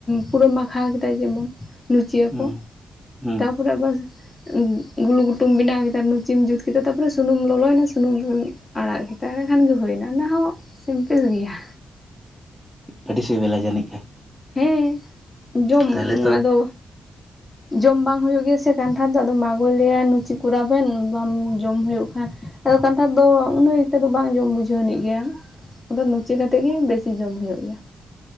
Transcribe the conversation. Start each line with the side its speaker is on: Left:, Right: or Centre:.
Left: ᱯᱩᱨᱟᱹᱢ ᱢᱟᱠᱷᱟᱣ ᱠᱮᱫᱟᱭ ᱡᱮᱢᱚᱱ ᱱᱩᱪᱤᱭᱟᱠᱚ
Centre: ᱦᱩᱸ ᱦᱩᱸ
Left: ᱛᱟᱯᱚᱨᱮ ᱟᱵᱟᱥ ᱩᱸ ᱜᱩᱞᱩ ᱜᱩᱴᱩᱢ ᱵᱮᱱᱟᱣ ᱠᱮᱫᱟ, ᱱᱩᱪᱤᱢ ᱡᱩᱛ ᱠᱮᱫᱟ, ᱛᱟᱯᱚᱨᱮ ᱥᱩᱱᱩᱢ ᱞᱚᱞᱚᱭᱮᱱᱟ, ᱥᱩᱱᱩᱢ ᱮᱸ ᱟᱲᱟᱜ ᱠᱮᱛᱟ ᱛᱟᱨᱮ ᱠᱷᱟᱱ ᱜᱮᱹ ᱦᱩᱭᱱᱟ, ᱚᱱᱟ ᱦᱚ ᱥᱤᱢᱯᱤᱞ ᱜᱮᱭᱟ᱾
Centre: ᱟᱰᱤ ᱥᱤᱵᱮᱞᱟ ᱡᱟᱱᱤᱡ ᱠᱷᱟᱱ!
Left: ᱦᱮᱸᱻ, ᱡᱚᱢ
Centre: ᱛᱟᱦᱚᱞᱮ ᱛᱚ
Left: ᱟᱫᱚ ᱡᱚᱢ ᱵᱟᱝ ᱦᱩᱭᱩᱜ ᱜᱮᱭᱟ ᱥᱮ ᱠᱟᱱᱴᱷᱟᱫᱽ ᱫᱚ, ᱟᱫᱚ ᱢᱟᱜᱚᱭ ᱞᱟᱹᱭᱟ ᱱᱩᱪᱤ ᱠᱚᱨᱟᱣ ᱯᱮᱱ, ᱵᱟᱢ ᱡᱚᱢ ᱦᱩᱭᱩᱜ ᱠᱷᱟᱱ᱾ ᱟᱫᱚ ᱠᱟᱱᱴᱷᱟᱫᱽ ᱫᱚ ᱩᱱᱟᱹᱜ ᱮᱠᱴᱟ ᱫᱚ ᱵᱟᱝ ᱡᱚᱢ ᱵᱩᱡᱷᱟᱹᱣ ᱱᱤᱡ ᱜᱮᱭᱟ, ᱟᱫᱚ ᱱᱩᱪᱤ ᱠᱟᱛᱮ ᱜᱮ, ᱵᱮᱥᱤ ᱡᱚᱢ ᱦᱩᱭᱩᱜ ᱜᱮᱭᱟ᱾